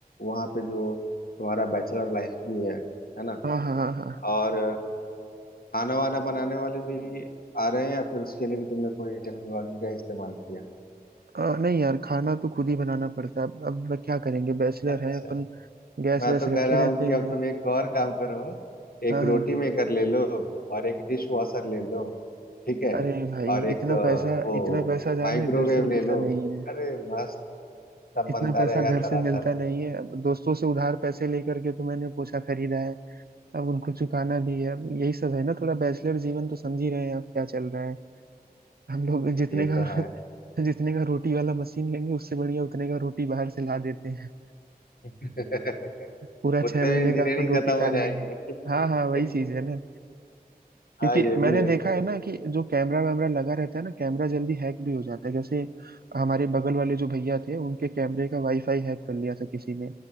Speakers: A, on the left; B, on the right.
A: वहां पे जो तुम्हारा बैचलर लाइफ भी है है ना
B: हाँ हाँ हाँ हाँ
A: और खाना वाना बनाने वाले भी आ रहे हैं या फिर उसके लिए भी तुमने कोई टेक्नोलॉजी का इस्तेमाल किया
B: अ, नहीं यार खाना तो खुद ही बनाना पड़ता है अब अब क्या करेंगे बैचलर
A: अच्छा
B: है अपन गैस
A: मैं
B: वैस
A: तो
B: रखे
A: कह रहा
B: रहते
A: हूँ कि
B: हैं
A: अब तुम एक और काम करो एक
B: हाँ हाँ
A: रोटी मेकर ले लो और एक डिश वॉशर ले लो ठीक है
B: अरे भाई
A: और एक
B: इतना
A: अ,
B: पैसा
A: वो
B: इतना पैसा जाने
A: माइक्रोवेव
B: घर से मिलता
A: ले लो
B: नहीं
A: अरे मस्त सब
B: इतना
A: बनता
B: पैसा
A: रहेगा
B: घर
A: तरह
B: से मिलता
A: तरह
B: नहीं है अब दोस्तों से उधार पैसे लेकर के तो मैंने पोछा खरीदा है अब उनको चुकाना भी है अब यही सब है ना थोड़ा बैचलर जीवन तो समझ ही रहे हैं आप क्या चल रहा है हम लोग जितने
A: ये
B: का
A: तो है
B: <laughs> जितने का रोटी वाला मशीन लेंगे उससे बढ़िया उतने का रोटी बाहर से ला देते हैं
A: <laughs>
B: पूरा छह
A: उतने
B: महीने
A: में इंजीनियरिंग
B: का अपन रोटी
A: खत्म
B: खा
A: हो
B: लेंगे
A: जाएगी
B: हाँ हाँ वही चीज
A: <laughs>
B: है ना क्योंकि
A: हाँ ये भी
B: मैंने
A: है
B: देखा है ना कि जो कैमरा वैमरा लगा रहता है ना कैमरा जल्दी हैक भी हो जाता है जैसे हमारे बगल वाले जो भैया थे उनके कैमरे का वाईफाई हैक कर लिया था किसी ने